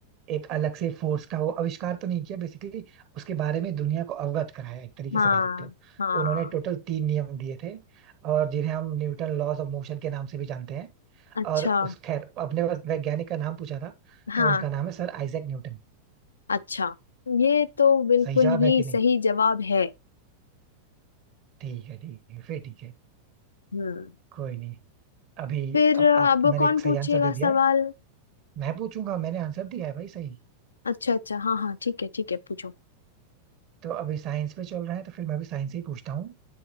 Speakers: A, on the right (about 40°); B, on the left (about 75°).
A: एक अलग से फोर्स का वो आविष्कार तो नहीं किया बेसिकली उसके बारे में दुनिया को अवगत कराया एक तरीके
B: हाँ
A: से कह सकते हो
B: हाँ
A: उन्होंने टोटल तीन नियम दिए थे और जिन्हें हम न्यूटन लॉज ऑफ मोशन के नाम से भी जानते हैं
B: अच्छा
A: और उस खैर अपने पास वैज्ञानिक का नाम पूछा था
B: हाँ
A: तो उनका नाम है सर आइजैक न्यूटन
B: अच्छा ये तो बिल्कुल
A: सही जवाब
B: ही
A: है कि नहीं
B: सही जवाब है
A: ठीक है ठीक है फिर ठीक है
B: हम्म
A: कोई नहीं अभी
B: फिर
A: अब
B: अ,
A: आप
B: अब
A: मैंने
B: कौन
A: एक सही
B: पूछेगा
A: आंसर दे दिया
B: सवाल
A: है मैं पूछूंगा मैंने आंसर दिया है भाई सही
B: अच्छा अच्छा हाँ हाँ ठीक है ठीक है पूछो
A: तो अभी साइंस पे चल रहा है तो फिर मैं भी साइंस से ही पूछता हूँ